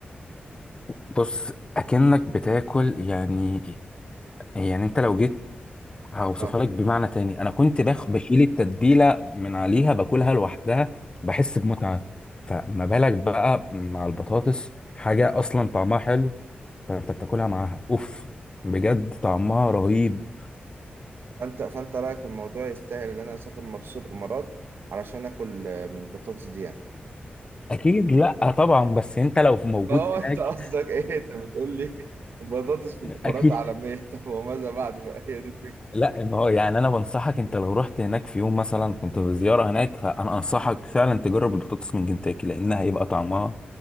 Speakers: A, on the left (about 25°); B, on the right (about 85°).
A: بص أكنك بتاكل يعني يعني أنت لو جيت هوصفها
B: اه
A: لك بمعنى تاني أنا كنت باخ بشيل التتبيلة من عليها باكلها لوحدها بحس بمتعة فما بالك بقى مع البطاطس حاجة أصلا طعمها حلو فأنت بتاكلها معاها أوف بجد طعمها رهيب
B: فانت فانت رايك الموضوع يستاهل ان انا اسافر مخصوص الامارات علشان اكل آه، من البطاطس دي يعني
A: اكيد لا طبعا بس انت لو في موجود
B: ما هو
A: هناك
B: انت قصدك ايه انت بتقول لي بطاطس في الامارات
A: اكيد
B: عالميه <laughs> طب وماذا بعد بقى هي دي الفكره
A: لا ما هو يعني انا بنصحك انت لو رحت هناك في يوم مثلا كنت في زياره هناك فانا انصحك فعلا تجرب البطاطس من كنتاكي لانها هيبقى طعمها